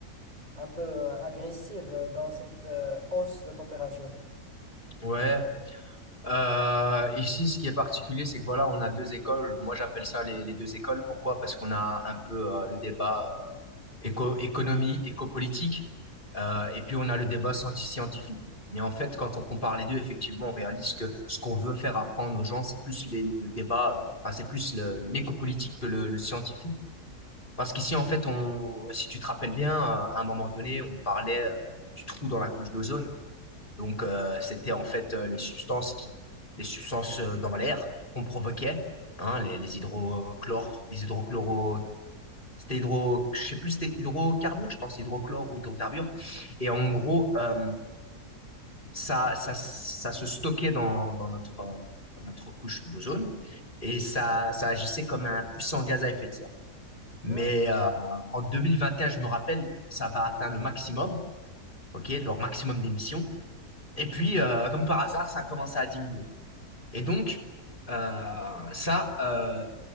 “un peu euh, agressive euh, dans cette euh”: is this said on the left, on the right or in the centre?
Right